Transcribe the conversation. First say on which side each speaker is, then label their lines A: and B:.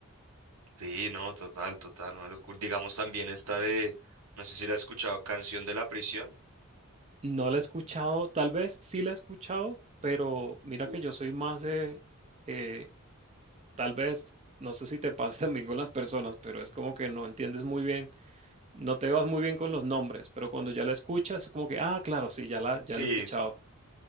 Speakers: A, on the right (about 80°); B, on the right (about 30°).
A: Sí, no, total, total, una locura. Digamos también esta de, no sé si la has escuchado, Canción de la Prisión.
B: No la he escuchado, tal vez sí la he escuchado, pero mira
A: Uf.
B: que yo soy más de, eh, tal vez, no sé si te <laughs> pasa también con las personas, pero es como que no entiendes muy bien, no te vas muy bien con los nombres, pero cuando ya la escuchas es como que, ah, claro, sí, ya la, ya
A: Sí,
B: la he escuchado.